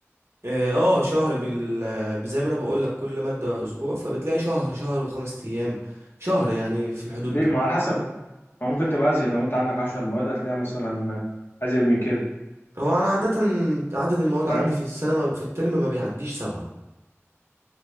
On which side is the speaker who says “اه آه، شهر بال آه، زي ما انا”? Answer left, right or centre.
Right